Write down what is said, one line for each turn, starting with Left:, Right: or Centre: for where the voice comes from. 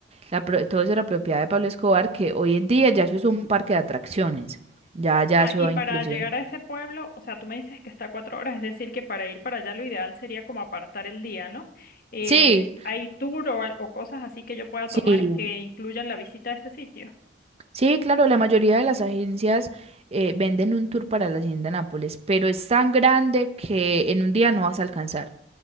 Right: La pro- todo eso era propiedad de Pablo Escobar, que hoy en día ya eso es un parque de atracciones. Ya, ya
Left: Ah,
Right: eso
Left: y para
Right: inclusive.
Left: llegar a ese pueblo, o sea, tú me dices que está a cuatro horas, es decir, que para ir para allá lo ideal sería como apartar el día, ¿no? Eh,
Right: Sí,
Left: ¿hay tour o, al- o cosas así que yo pueda
Right: sí,
Left: tomar que incluyan la visita a ese sitio?
Right: sí, claro, la mayoría de las agencias eh, venden un tour para la Hacienda Nápoles, pero es tan grande que en un día no vas a alcanzar.